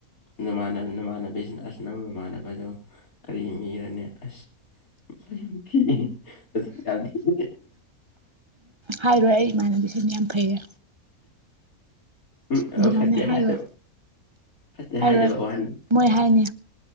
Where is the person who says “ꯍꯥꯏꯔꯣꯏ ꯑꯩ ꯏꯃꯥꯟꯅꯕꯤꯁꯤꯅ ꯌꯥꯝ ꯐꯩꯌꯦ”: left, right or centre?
Right